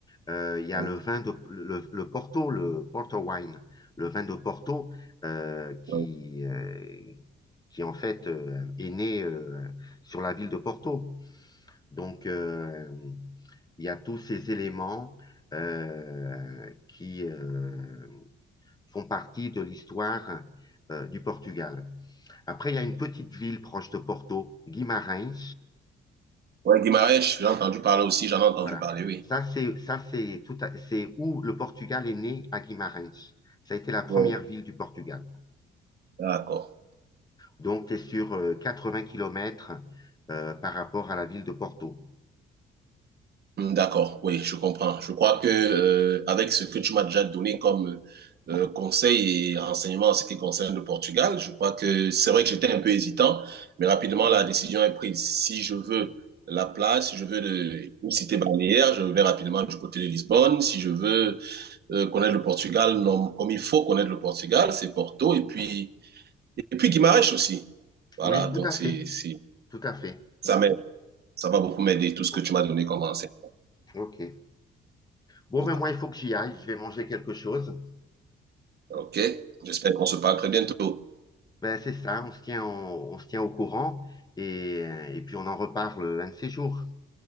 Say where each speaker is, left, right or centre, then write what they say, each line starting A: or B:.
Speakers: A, on the left (about 20°); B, on the right (about 55°).
A: Euh, il y
B: oui,
A: a le vin de le, le Porto, le Porto Wine, le vin de Porto euh, qui,
B: oui.
A: euh, qui en fait euh, est né euh, sur la ville de Porto. Donc euh, il y a tous ces éléments euh, qui euh, font partie de l'histoire euh, du Portugal. Après, il y a une petite ville proche de Porto, Guimarães,
B: Ouais, Guimarães, j'ai entendu parler aussi, j'en ai entendu
A: Voilà.
B: parler, oui.
A: Ça, c'est, ça, c'est tout à- c'est où le Portugal est né à Guimarães. Ça a été la première
B: Ouais.
A: ville du Portugal.
B: D'accord.
A: Donc, tu es sur euh, 80 kilomètres euh, par rapport à la ville de Porto.
B: Hmm, D'accord, oui, je comprends. Je crois que euh, avec ce que tu m'as déjà donné comme euh, conseil et renseignement en ce qui concerne le Portugal, je crois que c'est vrai que j'étais un peu hésitant, mais rapidement la décision est prise. Si je veux la place, si je veux de- une cité balnéaire, je vais rapidement du côté de Lisbonne. Si je veux euh, connaître le Portugal, non, comme il faut connaître le Portugal, c'est Porto et puis et puis Guimarães aussi. Voilà,
A: Oui,
B: donc
A: tout à
B: c'est
A: fait.
B: c'est
A: Tout à fait.
B: ça m'aide, ça va beaucoup m'aider tout ce
A: Bon,
B: que tu m'as donné comme renseignement.
A: OK. Bon,
B: beaucoup.
A: ben moi, il faut que j'y aille. Je vais manger quelque chose.
B: OK? J'espère qu'on se parle très bientôt.
A: Ben, c'est ça. On se tient, en- on, se tient au courant et, euh, et puis on en reparle un de ces jours.